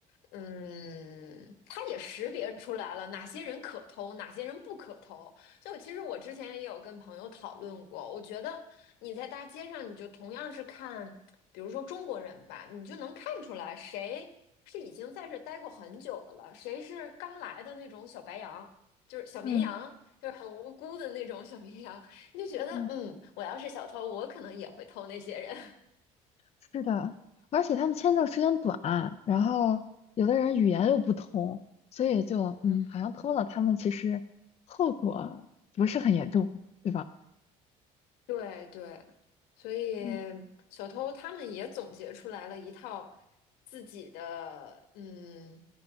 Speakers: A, on the left; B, on the left.
A: 嗯，他也识别出来了哪些人可偷，哪些人不可偷。就其实我之前也有跟朋友讨论过，我觉得你在大街上，你就同样是看，比如说中国人吧，你就能看出来谁是已经在这待过很久的了，谁是刚来的那种小白羊，就是小绵羊。
B: 嗯
A: 就是很无辜的那种小绵羊，你就觉得，
B: 嗯，
A: 嗯，我要是小偷，我可能也会偷那些人。<laughs>
B: 是的，而且他们签证时间短，然后有的人语言又不通，所以就嗯，
A: 嗯，
B: 好像偷了他们，其实后果不是很严重，对吧？
A: 对对，所以
B: 嗯
A: 小偷他们也总结出来了一套自己的，嗯，